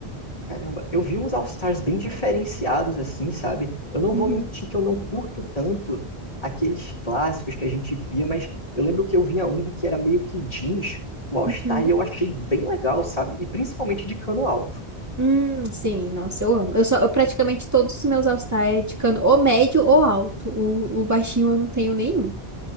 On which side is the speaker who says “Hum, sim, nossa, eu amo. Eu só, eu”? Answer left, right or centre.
Right